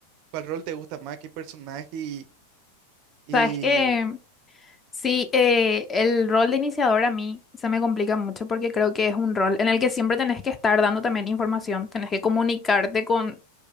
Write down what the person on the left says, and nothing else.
Sabes que sí, eh, el rol de iniciador a mí se me complica mucho porque creo que es un rol en el que siempre tenés que estar dando también información, tenés que comunicarte con,